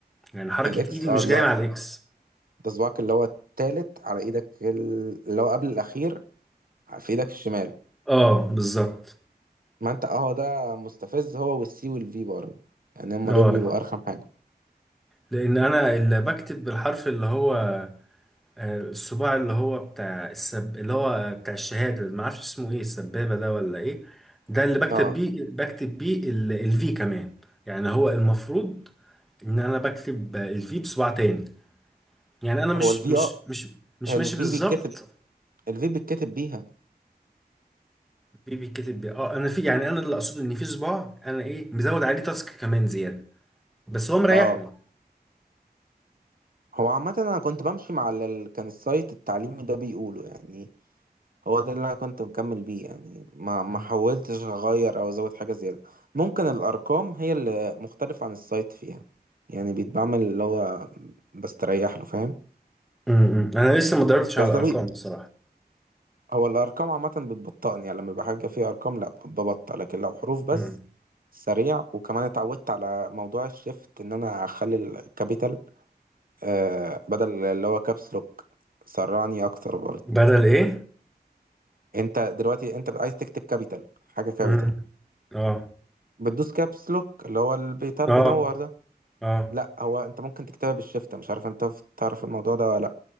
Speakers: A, in the centre; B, on the right.
A: يعني حركة
B: الاكس
A: ايدي
B: اه
A: مش
B: اللي
A: جاية
B: هو
A: مع الاكس
B: ده صباعك اللي هو التالت على ايدك ال- اللي هو قبل الاخير في ايدك الشمال
A: اه بالظبط
B: ما انت اه هو ده مستفز هو والسي والفي برضه يعني هما
A: اه
B: دول بيبقوا ارخم حاجة
A: لان انا اللي بكتب بالحرف اللي هو آه، الصباع اللي هو بتاع السب اللي هو بتاع الشهادة ما اعرفش اسمه ايه السبابة ده ولا ايه ده اللي بكتب
B: اه
A: بيه بكتب بيه ال- الفي كمان يعني هو المفروض ان انا بكتب الفي بصباع تاني يعني انا مش
B: هو الفي
A: مش
B: اه
A: مش مش
B: الفي
A: ماشي بالظبط
B: بيتكتب الفي بيتكتب بيها
A: بي بيتكتب بيه اه انا في يعني انا اللي اقصده ان في صباع انا ايه مزود عليه تاسك كمان زيادة بس هو مريحني
B: اه هو عامة أنا كنت بمشي مع ال- ال- كان السايت التعليمي ده بيقوله يعني هو ده اللي أنا كنت مكمل بيه يعني ما ما
A: مم.
B: حاولتش أغير أو أزود حاجة زيادة ممكن الأرقام هي اللي مختلفة عن السايت فيها يعني بيتعمل اللي هو بستريح له فاهم
A: مم. انا لسه ما دورتش
B: بس
A: على
B: ده
A: الارقام
B: بي
A: بصراحة
B: هو الأرقام عامة بتبطئني يعني لما يبقى حاجة فيها أرقام لأ ببطأ لكن لو حروف بس
A: مم.
B: سريع وكمان اتعودت على موضوع الشيفت إن أنا أخلي الكابيتال آه بدل اللي هو كابس لوك سرعني أكتر برضه
A: بدل ايه
B: انت دلوقتي انت عايز تكتب كابيتال حاجه كابيتال
A: مم. اه
B: بتدوس كابس لوك اللي هو البيتال
A: اه
B: بينور ده
A: اه
B: لا هو انت ممكن تكتبها بالشفت مش عارف انت ف- تعرف الموضوع ده ولا لا